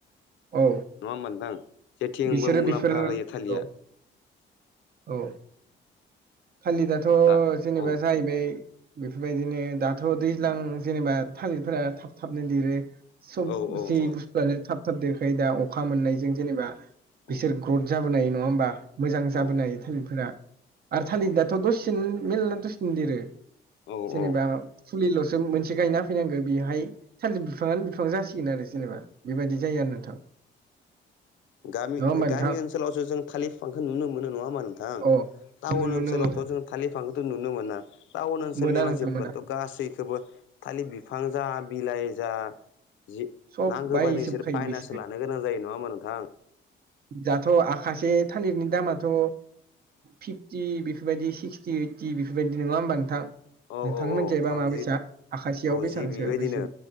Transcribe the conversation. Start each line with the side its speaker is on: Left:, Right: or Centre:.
Right: औ।
Left: नङा होमबा नोंथां? जेथिंबो
Right: बिसोरो
Left: मुलाम्फा
Right: बेफोर
Left: होयो थालिया।
Right: औ औ। थालिदआथ'
Left: दा
Right: जेनेबा
Left: औ
Right: जाहैबाय बेफोरबायदिनो दाथ' दैज्लां जेनेबा थालिरफोरा थाब थाबनो देरो। सब
Left: औ औ
Right: जि
Left: औ
Right: बुस्थुआनो थाब थाब देरखायो दा अखा मोननायजों जेनेबा
Left: औ
Right: बिसोर ग्रड जाबोनाय नङा होमबा मोजां
Left: औ
Right: जाबोनाय थालिर फोरा। आरो थालिदाथ'
Left: औ
Right: दसेनो मेलला दसेनो देरो।
Left: औ औ।
Right: जेनेबा फुलिल'सो मोनसे गायना होफोयनांगो बेहाय थालिद बिफाङानो बिफां जासिगोन आरो जेनेबा बेबायदि जायो आरो नोंथां।
Left: गामि
Right: नङा होमबा नोंथां
Left: गामि ओनसोलावसो जों थालि फिफांखो नुनो मोनो नङा होनबा नो थां
Right: अ
Left: टाउन
Right: नों नों
Left: ओनसोलावथ'
Right: नोंथां
Left: जों थालिफांखौथ' नुनो मोना टाउन ओनसोलनि
Right: मोना नोंथां
Left: मानसिफोरथ'
Right: मोना
Left: गासैखोबो थालि बिफां जा बिलाइ जा जि
Right: सब
Left: नांगोबानो
Right: बायजोबखायो
Left: इसोर बायनासो
Right: बिसोरो
Left: लानो गोनां जायो नङा होमबा नोंथां?
Right: दाथ' आखासे थालिदनि दामाथ' फिफ्टि बिफोरबायदि सिक्सटि ओइटि बिफोरबायदि नङा होमबा नोंथां?
Left: औ
Right: नोंथां मोनजायबा
Left: औ थामजि
Right: माबायसा? आखासेयाव
Left: द'जि
Right: बेसांसो
Left: बेबायदिनो
Right: बेसे